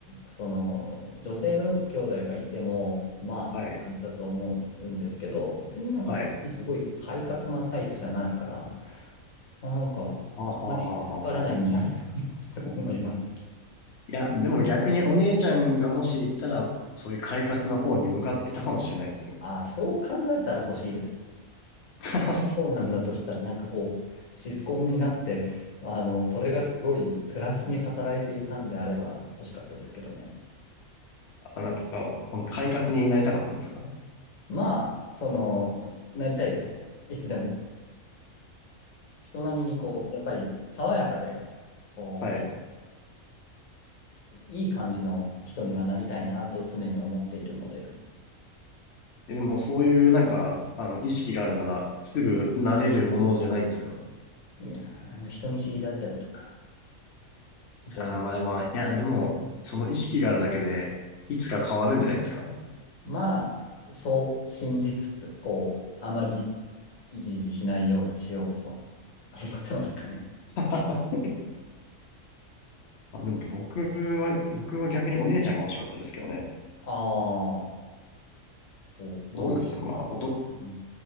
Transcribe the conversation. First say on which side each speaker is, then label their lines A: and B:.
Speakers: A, on the left; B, on the left.
A: その、女性の兄弟がいても、まあって感じだと思うんですけど、
B: はい、
A: 別になんかそんなにすごい快活なタイプじゃないから、
B: はい。
A: なんか、
B: あはあはあはあはあ。
A: あんまり好かれないんじゃないかなって思います。
B: いや、でも逆にお姉ちゃんがもし行ったら、そういう快活の方に向かってたかもしれないですよ。
A: ああ、そう考えたら欲しいです。
B: <laughs>
A: そうなんだとしたら、なんかこう、シスコンになって、あの、それがすごいプラスに働いていたんであれば欲しかったですけどね。
B: あなんか、この快活になりたかったんですか
A: まあ、その、なりたいですよ。いつでも。人並みにこう、やっぱり爽やかで、こ
B: はい。
A: う、いい感じの人にはなりたいなと常に思っているので、
B: え、でもそういうなんか、あの、意識があるなら、すぐ慣れるものじゃないですか
A: いやー、なんか人見知りだったりとか、いろいろ。
B: ああ、まあまあ、いや、でも、その意識があるだけで、いつか変わるんじゃないですか
A: まあ、そう信じつつ、こう、あまりいじいじしないようにしようとは思ってますかね。
B: <laughs> まあ、でも僕は、僕は逆にお姉ちゃんが欲しかったですけどね。
A: ああ、こう、どういう、
B: そうなんですよ。まあ、おと、
A: う